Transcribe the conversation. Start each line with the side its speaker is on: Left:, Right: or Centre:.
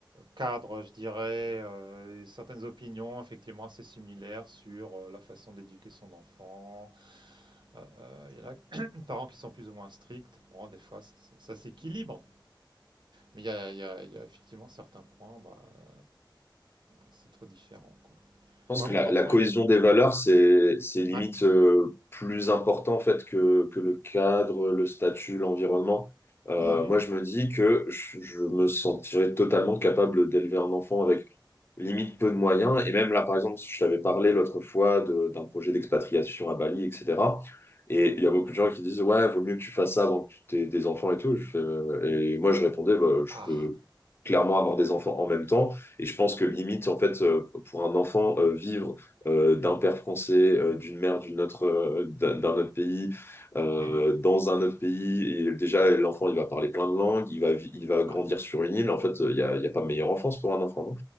Right: cadre, je dirais, euh, et certaines opinions effectivement assez similaires sur euh, la façon d'éduquer son enfant. Euh, euh, il y en a <coughs> <clears throat> des parents qui sont plus ou moins stricts, bon, des fois ça, ça- ça s'équilibre, mais il y a, il y a- il y a effectivement certains points, bah, euh, c'est trop différent, quoi.
Left: Je pense
Right: Moi,
Left: que
Right: mon
Left: la,
Right: enfant,
Left: la cohésion
Right: il a...
Left: des valeurs,
Right: Ouais.
Left: c'est, c'est limite
Right: Ouais.
Left: euh, plus important en fait que, que le cadre, le statut, l'environnement. Euh,
Right: Mhm.
Left: moi, je me dis que je, je me sentirais totalement capable d'élever un enfant avec limite peu de moyens. Et même là, par exemple, je t'avais parlé l'autre fois de- d'un projet d'expatriation à Bali, etc. Et
Right: Mmh
Left: il y a beaucoup de gens qui disent, ouais, vaut mieux que tu fasses ça avant que tu aies des enfants et tout. Je fais, euh, Et moi, je répondais, bah, je
Right: Ah!
Left: peux clairement avoir des enfants en même temps. Et je pense que
Right: Oui.
Left: limite, en fait, euh, pour un enfant, euh, vivre euh, d'un père français, euh, d'une mère d'une autre, euh, d'un d'un autre pays, euh,
Right: Mmh
Left: dans un autre pays, et déjà, l'enfant, il va parler plein de langues, il va, vi- il va grandir
Right: Ouais.
Left: sur une île. En fait, euh, il n'y a, il y a pas meilleure enfance pour un enfant,